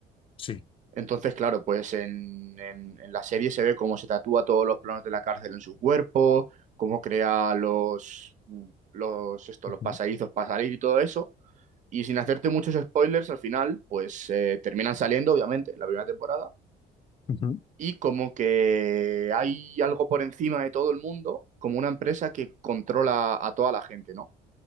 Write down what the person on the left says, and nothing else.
Sí.
Ujú.
Ujú.